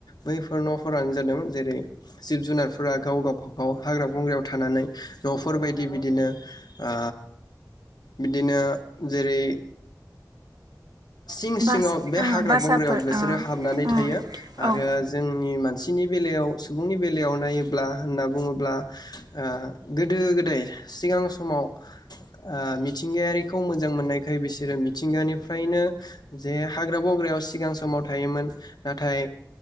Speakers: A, on the left; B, on the right.
A: बैफोर न'फोरानो जादों जेरै जिब जुनारफोरा गाव गावबागाव हाग्रा बंग्रायाव थानानै न'फोरबायदि बिदिनो आ। बिदिनो जेरै सिं
B: बास
A: सिङाव बे
B: ओ
A: हाग्रा
B: बासाफोर
A: बंग्रायाव बिसोरो
B: ओ
A: हाबनानै
B: उम
A: थायो आरो जोंनि मानसिनि बेलायाव सुबुंनि बेलायाव नायोब्ला होनना बुङोब्ला ओ गोदो गोदाय सिगां समाव। ओ मिथिंगायारिखौ मोजां मोननायखाय बिसोरो मिथिंगानिफ्रायनो जे हाग्रा बग्रायाव सिगां समाव थायोमोन। नाथाय